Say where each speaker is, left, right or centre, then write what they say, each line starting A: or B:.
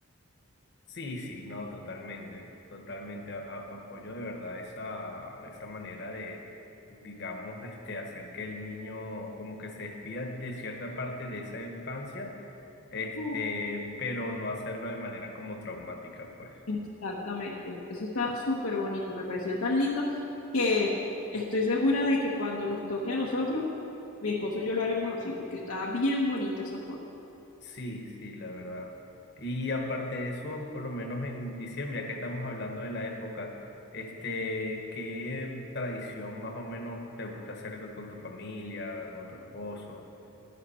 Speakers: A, on the left (about 50°); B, on the left (about 75°).
A: Sí, sí, no, totalmente, totalmente. a- a- apoyo de verdad esa, esa manera de, digamos, este, hacer que el niño como que se despida de cierta parte de esa infancia, este,
B: Mm.
A: pero no hacerlo de manera como traumática, pues.
B: Exactamente, eso está súper bonito, me pareció tan lindo que estoy segura de que cuando nos toque a nosotros, mi esposo y yo lo haremos así, porque está bien bonita esa forma.
A: Sí, sí, la verdad. Y aparte de eso, por lo menos en diciembre, ya que estamos hablando de la época, este, ¿qué tradición más o menos te gusta hacer con tu familia, con tu esposo?